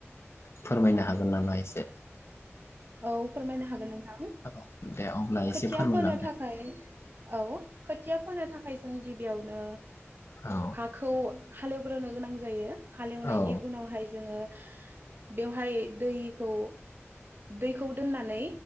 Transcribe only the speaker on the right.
औ फोरमायनो हागोन नों थां
खोथिया
फोनो थाखाय औ खोथिया फोनो थाखाय <unintelligible> जों गिबियावनो
हाखौ हालेव गोरनो गोनां जायो। हालेवनायनि
उनावहाय जोङो। बेवहाय दैखौ दैखौ दोननानै